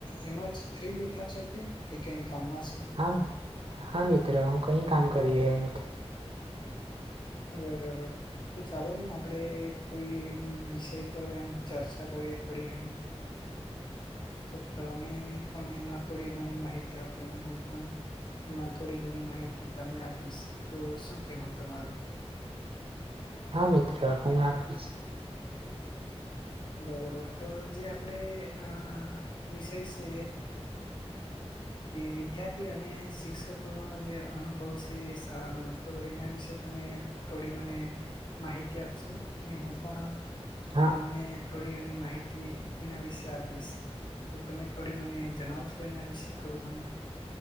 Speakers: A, on the left (about 45°); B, on the right (about 55°).
A: એમાં જ ફ્રી બેઠા છો કે કઈક કામમાં છો
B: હા હા મિત્ર હું કઈ કામ કરી રહયો નથી
A: બરાબર તો ચાલો ને આપડે કોઈ વિષય પર એમ ચર્ચા કરીએ થોડી ઘણી તો તમે પણ એમાં થોડી મને માહિતી આપો અને હું પણ એમાં થોડી ઘણી માહિતી તમને આપીશ તો શું કેવું તમારું
B: હા મિત્ર હું આપીશ
A: બરાબર તો જે આપડે અહ વિષય છે વિદ્યાર્થી અને શિક્ષક લોકોનો જે અનુભવ છે એ શાળાનો તો એના વિશે તમે થોડી મને માહિતી આપશો ને હું પણ
B: હા
A: તમને થોડી ઘણી માહિતી એના વિશે આપીશ તો તમે થોડી મને જણાવશો એના વિશે થોડું ઘણું